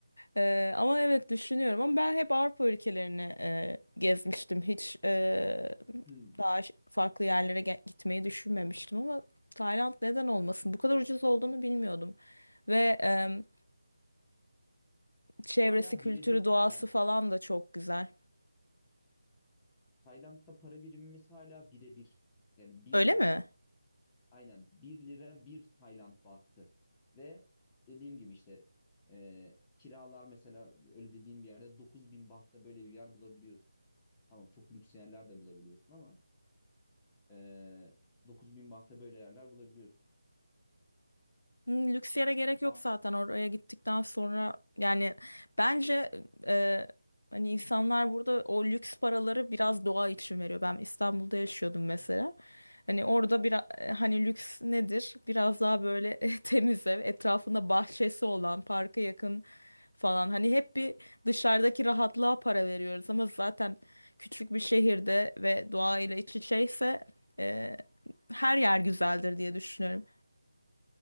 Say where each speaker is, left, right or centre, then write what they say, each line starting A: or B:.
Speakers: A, on the left; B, on the left.
A: Ee, ama evet düşünüyorum ama ben hep Avrupa ülkelerini e, gezmiştim. Hiç e,
B: Hmm.
A: daha ş- farklı yerlere ge- gitmeyi düşünmemiştim ama Tayland neden olmasın? Bu kadar ucuz olduğunu bilmiyordum. Ve e, çevresi,
B: Hala
A: kültürü,
B: birebir
A: doğası
B: Tayland'la.
A: falan da çok güzel.
B: Tayland'da para birimimiz hala birebir. Yani bir
A: Öyle
B: lira,
A: mi?
B: aynen bir lira bir Tayland bahtı. Ve dediğim gibi işte e, kiralar mesela öyle dediğim bir yerde 9000 bahta böyle bir yer bulabiliyorsun. Tamam çok lüks yerler de bulabiliyorsun ama e, 9000 bahte böyle yerler bulabiliyorsun.
A: Hmm, Lüks yere gerek yok
B: A-
A: zaten oraya gittikten sonra yani bence e, hani insanlar burada o lüks paraları biraz doğa için veriyor. Ben İstanbul'da yaşıyordum mesela.
B: Hı
A: Hani orada bir
B: hı.
A: hani lüks nedir? Biraz daha böyle <laughs> temiz ev, etrafında bahçesi olan, parka yakın falan. Hani hep bir dışarıdaki rahatlığa para veriyoruz ama zaten küçük bir şehirde ve doğayla iç içeyse e, her yer güzeldir diye düşünüyorum.